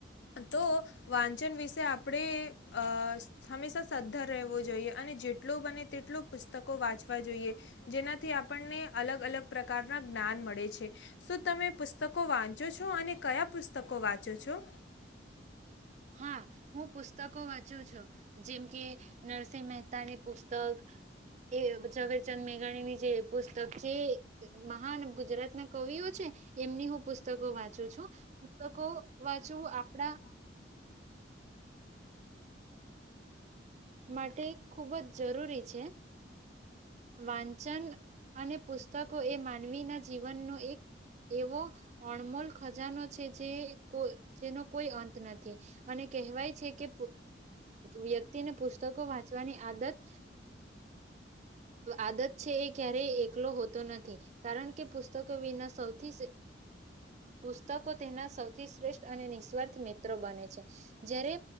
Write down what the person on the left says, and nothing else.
તો વા જેમ વિશે આપણે અહ હંમેશા સદ્ધર રહેવું જોઈએ, અને જે લું બને તેટલું પુસ્તકો વાંચવા જોઈએ. જેનાથી આપણને અલગ અલગ પ્રકારના જ્ઞાન મળે છે શ તમે પુસ્તકો વાંચો છો અને કયા પુસ્તકો વાંચો છો.